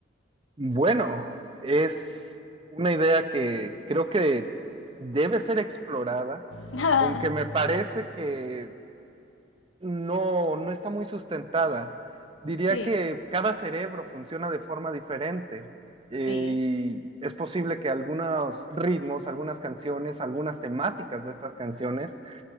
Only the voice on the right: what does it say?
Bueno, es una idea que creo que debe ser explorada,
aunque me parece que no, no está muy sustentada. Diría
que cada cerebro funciona de forma diferente eh,
y es posible que algunos ritmos, algunas canciones, algunas temáticas de estas canciones